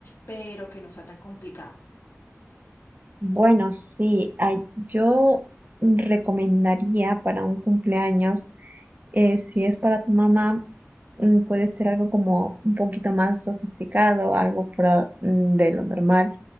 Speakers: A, on the left (about 50°); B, on the right (about 35°).
A: pero que no sea tan complicada.
B: Bueno, sí, ay- yo recomendaría para un cumpleaños, eh, si es para tu mamá, mm, puede ser algo como un poquito más sofisticado, algo fuera mm, de lo normal.